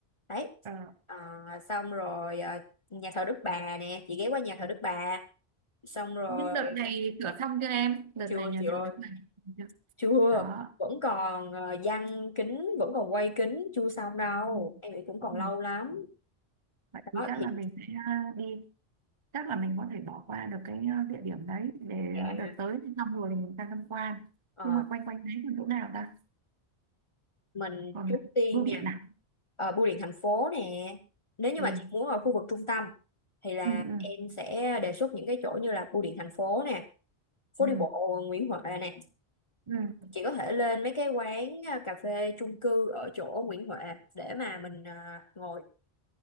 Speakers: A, on the left (about 30°); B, on the right (about 30°).
A: đấy
B: Ờ.
A: Ờ, xong rồi ờ, nhà thờ Đức Bà nè chị ghé qua nhà thờ Đức Bà xong rồi
B: nhưng đợt này thửa xong chưa em đợt
A: chưa
B: này nhà
A: chị ơi
B: thờ đợt này chưa?
A: chưa
B: đó
A: vẫn còn ờ, giăng kính vẫn còn quay kính chưa xong đâu
B: Ừ.
A: em nghĩ cũng còn
B: Ừ.
A: lâu lắm
B: vậy thì
A: đó
B: chắc
A: thì
B: là mình sẽ à, đi chắc là mình có thể bỏ qua được cái à, địa điểm đấy để
A: dạ
B: à, đợt tới thì xong rồi thì mình sang tham quan
A: Ờ,
B: nhưng mà quanh quanh đấy còn chỗ nào ta
A: mình
B: còn
A: trước tiên
B: bưu điện
A: nha
B: nào
A: ờ, bưu điện thành phố nè nếu như
B: ừ.
A: mà chị muốn ở khu vực trung tâm thì là
B: Ừ, ừ,
A: em sẽ đề xuất những cái chỗ như là bưu điện thành phố nè phố
B: ừ,
A: đi bộ Nguyễn Huệ nè
B: ừ.
A: chị có thể lên mấy cái quán à, cà phê chung cư ở chỗ Nguyễn Huệ để mà mình à, ngồi